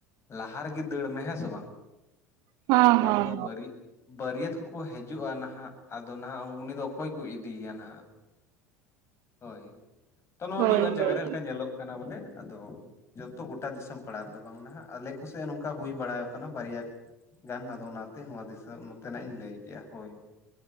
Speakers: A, on the left (about 35°); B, on the right (about 55°).
A: ᱞᱟᱦᱟ ᱨᱮᱜᱮ ᱫᱟᱹᱲ ᱢᱮ ᱦᱮᱸ ᱥᱮ ᱵᱟᱝ᱾
B: ᱦᱚᱸ
A: ᱵᱟᱝ
B: ᱦᱚᱸ
A: ᱫᱚ ᱵᱟᱹᱨᱤ ᱵᱟᱹᱨᱭᱟᱹᱛ ᱠᱚᱠᱚ ᱦᱤᱡᱩᱜᱼᱟ ᱱᱟᱦᱟᱜ ᱟᱫᱚ ᱱᱟᱦᱟᱜ ᱩᱱᱤ ᱫᱚ ᱚᱠᱚᱭ ᱠᱚ ᱤᱫᱤᱭᱮᱭᱟ ᱱᱟᱦᱟᱜ ᱦᱳᱭ ᱛᱚ ᱱᱚᱣᱟ
B: ᱦᱳᱭ
A: ᱢᱤᱫ ᱵᱟᱨ ᱡᱟᱭᱜᱟ
B: ᱦᱳᱭ
A: ᱨᱮ ᱚᱱᱠᱟ ᱧᱮᱞᱚᱜ ᱠᱟᱱᱟ ᱵᱚᱞᱮ ᱟᱫᱚ ᱡᱚᱛᱚ ᱜᱚᱴᱟ ᱫᱤᱥᱚᱢ ᱯᱟᱲᱟ ᱨᱮᱫᱚ ᱵᱟᱝ ᱱᱟᱦᱟᱜ ᱟᱞᱮ ᱠᱚ ᱥᱮᱜ ᱱᱚᱝᱠᱟ ᱦᱩᱭ ᱵᱟᱲᱟ ᱠᱟᱱᱟ ᱵᱟᱨᱭᱟ ᱜᱟᱱ ᱾ ᱛᱚ ᱚᱱᱟᱛᱮ ᱱᱚᱣᱟᱹ ᱱᱚᱛᱮᱱᱟᱜ ᱤᱧ ᱞᱟᱹᱭ ᱠᱮᱫᱼᱟ ᱦᱳᱭ᱾